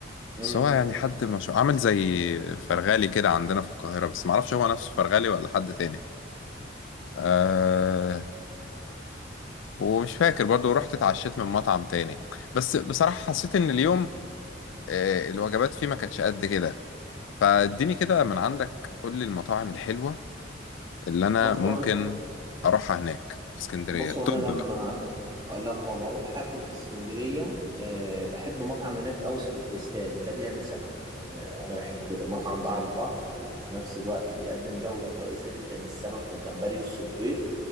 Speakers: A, on the right; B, on the left.
A: امم
B: بس هو يعني حد مش عامل زي فرغالي كده عندنا في القاهرة بس معرفش هو نفسه فرغالي ولا حد تاني أه ومش فاكر برضو رحت اتعشيت من مطعم تاني بس بصراحة حسيت ان اليوم أه الوجبات فيه ما كانتش قد كده فاديني كده من عندك قول لي المطاعم الحلوة اللي انا
A: بصوا
B: ممكن اروحها هناك في اسكندرية
A: بص
B: طب
A: هو انا لما
B: بقى
A: لما بروح اكل في اسكندريه أه بحب مطعم هناك قوي اسمه كريستال ده بيعمل سمك أه انا بحبه جدا مطعم ده على البحر وفي نفس الوقت بيقدم جوده كويسه جدا للسمك والجمبري والصبيط